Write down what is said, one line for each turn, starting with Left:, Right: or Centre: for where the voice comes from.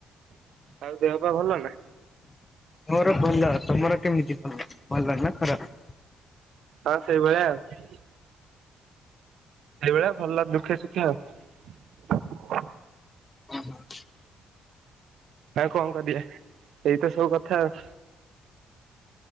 Right: ଆଉ ଦେହ ପା ଭଲ ନା?
Left: ମୋର ଭଲ। ତମର କେମିତି <unintelligible> ଭଲ ଭଲ ନା ଖରାପ?
Right: ହଁ ସେଇ ଭଳିଆ ଆଉ। ସେଇଭଳିଆ ଭଲ ଦୁଃଖେ ସୁଖେ ଆଉ।
Left: ଓହୋଃ।
Right: ଆଉ କଣ କରିବା? ଏଇତ ସବୁ କଥା ଆଉ।